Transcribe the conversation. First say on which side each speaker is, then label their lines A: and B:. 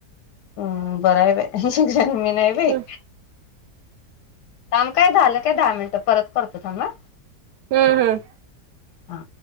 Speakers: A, on the left; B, on the right.
A: हम्म बरय बाई अ ह ह मी नाही बाई.
B: हम्म
A: थांब काय झालं काय दहा मिनिट परत करतो थांब आ.
B: हम्म हम्म.
A: हा.